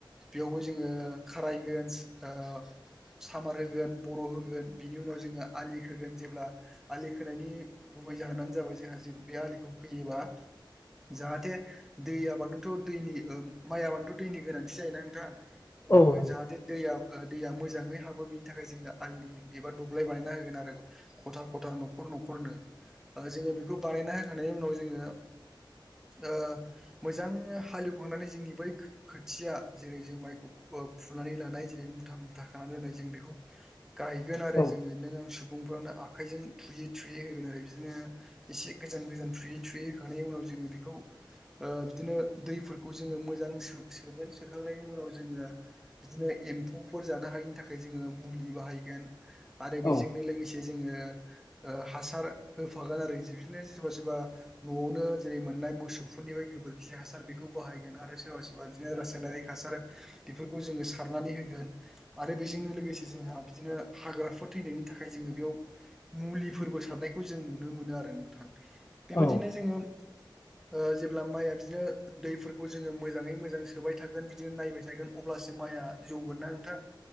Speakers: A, in the centre; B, on the left.
A: बेयावबो जोङो खाराइगन्स ओ सामार होगोन बर' होगोन बिनि उनाव जोङो आलि होगोन जेब्ला आलि खोनायनि गुबै जाहोनानो जाबाय जोंहा जे बे आलिखौ खोयोबा जाहाथे दैयाबानोथ' दैनि ओ माइयबानोथ' दैनि गोनांथि जायोना नोंथां
B: औ औ नंगौ
A: जाहाथे दैया ओ दैया मोजाङै हाबो बेनि थाखाय जोङो आलि एबा दबग्लाय बानायना होगोन आरो खथा खथा न'खर न'खरनो ओ जोङो बेखौ बानायना होखांनायनि उनाव जोङो ओ मोजाङै हालेवखांनानै जोंनि बै खो-खोथिया जेरै जों माइखौ फुनानै लानाय जेरै मुथा मुथा खानानै दोननाय जों बेखौ गायगोन आरो
B: औ
A: जोङो नों आं सुबुंफ्रानो आखाइजों थुयै थुयै होगोन आरो बिदिनो एसे गोजान गोजान थुयै थुयै होखांनायनि उनाव जोङो बेखौ ओ बिदिनो दैफोरखौ जोङो मोजां सो-सोगोन सोखांनायनि उनाव जोङो बिदिनो एम्फौफोर जानो हायिनि थाखाय जोङो मुलि बाहायगोन आरो बेजोंनो
B: औ
A: लोगोसे जोङो हासार होफागोन आरो बिदिनो सोरबा सोरबा न'आवनो जेरै मोननाय मोसौफोरनिफ्राय गोबोरखि हासार बेखौ बाहायगोन आरो सोरबा सोर बा बिदिनो रासायनारि हासार बेफोरखौ जोङो सारनानै होगोन आरो बेजोंनो लोगोसे जोंहा बिदिनो हाग्राफोर थैनायनि थाखाय जोङो बेयाव मुलिफोरबो सारनायखौ जों नुनो मोनो आरो नोंथां बेबायदिनो
B: औ
A: जोङो ओ जेब्ला माइया बिदिनो दैफोरखौ जोङो मोजाङै मोजां सोबाय थागोन बिदिनो नायबाय थगोन अब्लासो माइआ जौगोन ना नोंथां